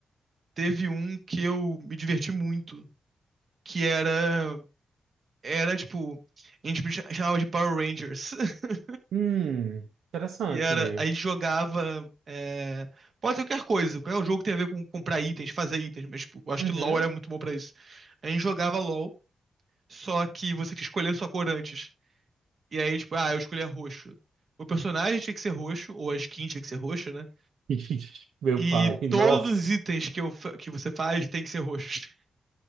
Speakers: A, on the right; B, on the right.
A: teve um que eu me diverti muito, que era, era tipo, a gente chamava de Power Rangers. <laughs>
B: Hum, interessante.
A: Que era, a gente jogava, é, pode ser qualquer coisa, qualquer jogo que tem a ver com comprar itens, fazer itens, mas tipo, eu acho
B: Uhum.
A: que LoL era muito bom pra isso. A gente jogava LoL, só que você tinha que escolher a sua cor antes. E aí, tipo, ah, eu escolhi roxo. O personagem tinha que ser roxo, ou a skin tinha que ser roxa, né?
B: <laughs> Meu
A: E
B: pai,
A: todos
B: nossa.
A: os itens que, eu, fa- que você faz tem que ser roxos. <laughs>